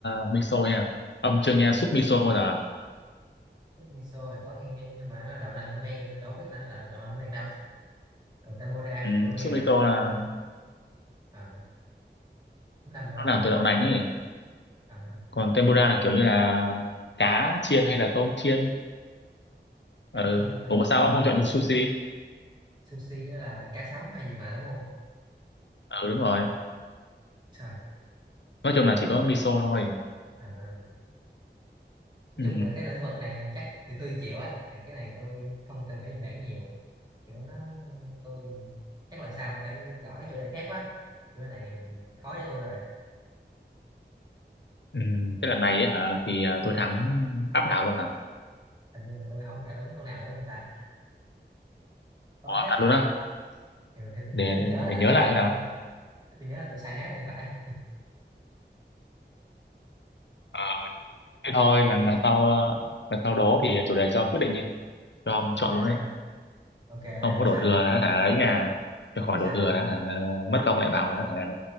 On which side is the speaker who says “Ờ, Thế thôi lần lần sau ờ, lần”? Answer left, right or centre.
Left